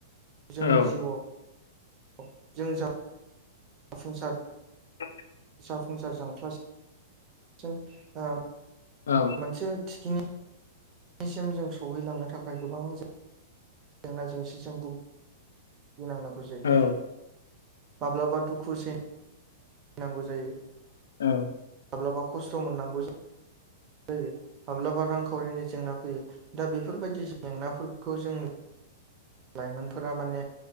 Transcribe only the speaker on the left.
औ
<unintelligible>
औ
औ
औ